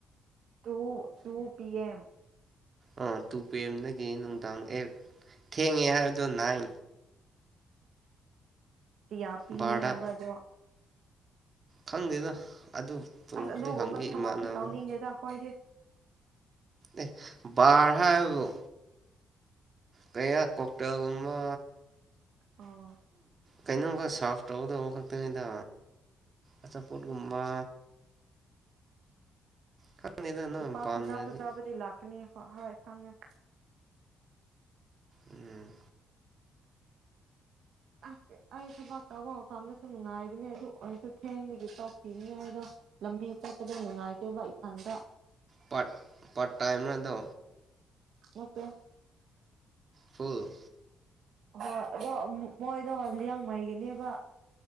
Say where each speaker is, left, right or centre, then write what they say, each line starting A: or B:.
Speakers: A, on the right; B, on the right.
A: ꯇꯨ ꯇꯨ ꯄꯤ ꯑꯦꯦꯝ
B: ꯑꯣ ꯇꯨ ꯄꯦ ꯑꯦꯝꯗꯒꯤ ꯅꯨꯡꯗꯥꯡ ꯑꯦꯞ ꯊꯦꯡꯉꯦ ꯍꯥꯏꯕꯗꯣ ꯅꯥꯏ
A: ꯎꯝꯌꯥ ꯄꯤꯅꯤ
B: ꯕꯥꯔꯗ
A: ꯍꯥꯏꯕ ꯑꯗꯣ
B: ꯈꯪꯗꯦꯗ ꯑꯗꯨ ꯇꯣꯂꯣꯞꯄꯨꯗꯤ
A: ꯑꯁ ꯑꯗꯨꯒꯨꯝꯕ
B: ꯍꯪꯕꯤ
A: ꯊꯕꯥꯛꯇꯤ
B: ꯏꯃꯥꯟꯅꯕ
A: ꯇꯧꯅꯤꯡꯗꯦꯗ ꯑꯩꯈꯣꯏꯗꯤ
B: ꯑꯦ ꯕꯥꯔ ꯍꯥꯏꯕꯕꯨ ꯀꯌꯥ ꯀꯣꯛꯇꯦꯜꯒꯨꯝꯕ
A: ꯑꯣ
B: ꯀꯩꯅꯣ ꯁꯥꯔ꯭ꯐ ꯇꯧꯒꯗꯧꯕ ꯈꯛꯇꯅꯦꯗ ꯑꯆꯥꯄꯣꯠꯒꯨꯝꯕ ꯈꯪꯅꯤꯗ ꯅꯪ
A: ꯅꯨꯄꯥ
B: ꯄꯥꯝꯗ꯭ꯔꯗꯤ
A: ꯐꯖꯥ ꯐꯖꯥꯕꯗꯤ ꯂꯥꯛ ꯅꯤ ꯍꯣꯏ ꯈꯪꯉꯦ
B: ꯎꯝ
A: ꯑꯁ ꯑꯩ ꯊꯕꯥꯛ ꯇꯧꯕ ꯃꯐꯝꯗꯁꯨ ꯅꯨꯡꯉꯥꯏꯕꯅꯤ ꯑꯗꯨ ꯑꯣꯏꯔꯁꯨ ꯊꯦꯡꯕꯒꯤ ꯇꯣꯛꯈꯤꯕꯅꯤ ꯑꯩꯗꯣ ꯂꯝꯕꯤ ꯆꯠꯄꯗ ꯅꯨꯡꯉꯥꯏꯇꯦꯕ ꯑꯟꯗ꯭ꯔ
B: ꯄꯥꯠꯄꯥꯠ ꯇꯥꯏꯦꯝꯅꯗꯣ
A: ꯃ
B: ꯐꯨꯜ
A: ꯍꯣꯏ ꯑꯗꯣ ꯃꯣꯏꯗꯣ ꯂꯤꯌꯥꯡꯃꯩꯒꯤꯅꯦꯕ